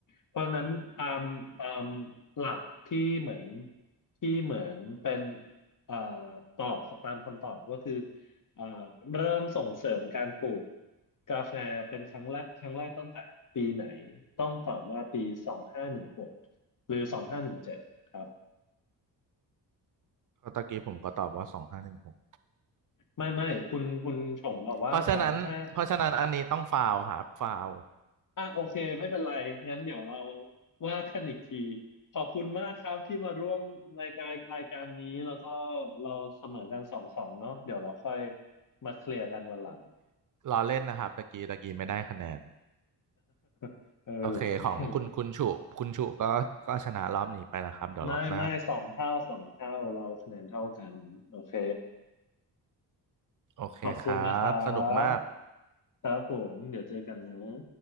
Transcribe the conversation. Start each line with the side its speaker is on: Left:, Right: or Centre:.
Left: เพราะฉะนั้นตามตามหลักที่เหมือนที่เหมือนเป็นอ่าตอบตามคำตอบก็คืออ่าเริ่มส่งเสริมการปลูกกาแฟเป็นครั้งแรกครั้งแรกตั้งแต่ปีไหนต้องตอบว่าปีสองห้าหนึ่งหก หรือสองห้าหนึ่งเจ็ดครับ
Right: เพราะตะกี้ผมก็ตอบว่าสองห้าหนึ่งหก
Left: ไม่ไม่คุณคุณชงบอกว่าสองห้า
Right: เพราะฉะนั้นเพราะฉะนั้นอันนี้ต้องฟาวครับฟาว
Left: อ่ะโอเคไม่เป็นไรงั้นเดี๋ยวเราว่ากันอีกทีขอบคุณมากครับที่มาร่วมรายการรายการนี้แล้วก็เราเสมอกันสองสองเนาะเดี๋ยวเราค่อยมาเคลียร์กันวันหลัง
Right: ล้อเล่นนะครับตะกี้ตะกี้ไม่ได้คะแนน
Left: <laughs> ไม่เป็นไรไม่เป็นไร
Right: โอเคของคุณคุณฉุคุณฉุก็ก็ชนะรอบนี้ไปนะครับเดี๋ยวรอบหน้า
Left: ไม่ไม่สองเท่าสองเท่าเราคะแนนเท่ากันโอเค
Right: โอเคครับสนุกมาก
Left: ขอบคุณนะครับครับผมเดี๋ยวเจอกันนะ